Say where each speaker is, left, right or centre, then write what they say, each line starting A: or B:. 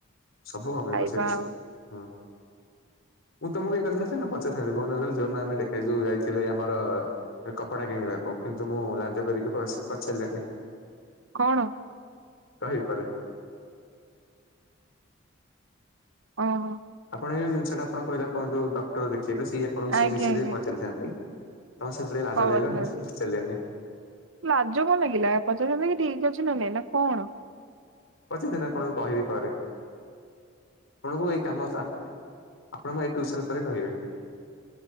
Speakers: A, on the left; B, on the right.
A: ସବୁ କାମେଇ
B: ଖାଇବା
A: ସେ
B: ଆଉ
A: ହୁଁ। ମୁଁ ତମକୁ ଏଇ କଥାଟା ସିନା ପଚାରିଥାଆନ୍ତି କୋଉ ଦିନ କହିଲା ଯୋଉ ଦିନ ଆମେ ଦେଖାଇଥିଲେ ଯାଇଥିଲେ ଆମର କପଡା କିଣିବାକୁ। କ କିନ୍ତୁ ମୁଁ ଲାଜ କରିକି ପଚାରିଲିନି।
B: କଣ?
A: କହିପାରେ?
B: ଓହୋ।
A: ଆପଣ ଏଇ ଜିନିଷଟା ଆପଣ କହିଲେ ଆପଣ ଯୋଉ ଡକ୍ଟର ଦେଖେଇବେ ସେଇ ଆପଣଙ୍କୁ
B: ଆଜ୍ଞା
A: ସେଇ ବିଷୟରେ
B: ଆଜ୍ଞା।
A: ହିଁ ପଚାରିଥାନ୍ତି। ତମର ସହିତ ଲାଜ
B: କବାଟ
A: ଲାଗିଲା
B: ଧରିଲି।
A: ପଚାରିବାର ନାହିଁ।
B: ଲାଜ କଣ ଲାଗିଲା ପଚାର ଠିକ ଅଛି ନା ନାଇଁ କଣ?
A: ପଚାରିଥିନି ଆପଣଙ୍କୁ କହିବି ପରେ। ଆପଣଙ୍କୁ ଏଇ କାମ ଆପଣଙ୍କୁ ଏଇ ଟ୍ୟୁସନ ପରେ କହିବି।।